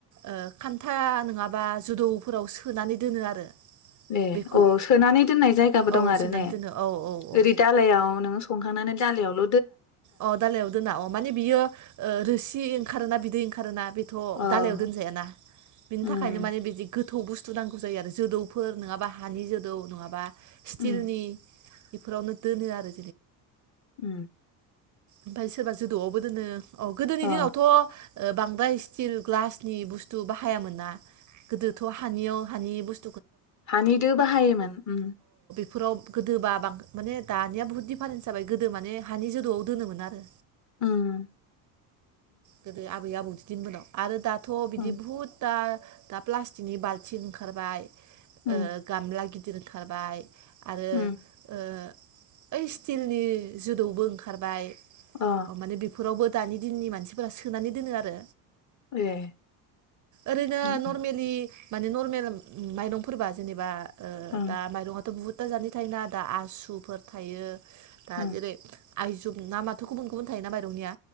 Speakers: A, on the right (about 40°); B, on the left (about 35°).
A: ओ खान्था नंङाबा जुदौफोराव सोनानै दोनो आरो
B: दे
A: बेखौ
B: अ सोनानै दोननाय जायगाबो
A: औ
B: दं आरो
A: सोनानै
B: ने
A: दोनो औ औ औ
B: ओरै दालायाव नोंङो संखांनानै जालायावल
A: अ दालायाव दोना अ माने बियो ओ रोसि ओंखारोना बिदै ओंखारोना बे थ
B: अ
A: दालायाव दोनजायाना बिनि
B: उम
A: थाखायनो माने बिदि गो थौ बुस्थु नांगौ जायो आरो जोदौफोर नंङाबा हानि जोदौ नङाबा स्टिलनि
B: उम
A: इफोरावनो दोनो आरो
B: ओम
A: ओमफाय सोरबा जोदौआवबो दोनो औ गोदोनि
B: अ
A: दिनावथ ओ बांद्राय स्टिल ग्लासनि बुस्थु बाहायामोन ना गोदोथ हानियाव हानि बुुस
B: हानि दो बाहायोमोन ओम
A: फोराव गोदो बा बां माने दानिया बुहुत दिफारेन्स जाबाय गोदो माने हानि जोदौआव दोनोमोन आरो
B: ओम
A: गोदो आबै आबौजों बिदि उनाव आरो दा थ' बिदि
B: उम
A: बहुदथा दा प्लास्टिकनि बाल्थिं ओंखारबाय
B: उम
A: ओ गामला गिथ गिदिर ओंखारबाय आरो
B: उम
A: ओ ओइ स्टिलनि जोदौबो ओंखारबाय
B: अ
A: माने बेफोरावबो दानि दिननि मानसिफो फोरा सोनानै दोनो आरो
B: ए
A: ओरैनो
B: उम
A: नर्मेलि माने नरमेल माइरंफोरबा जेनेबा ओ
B: उम
A: दा माइरंङाथ' बहुत क'क्राझारनि थायनो आदा आसुफोर थायो दाजेरै
B: उम
A: आइजोब ना माथ' गुबुन गुबुन थायोना माइरंनिया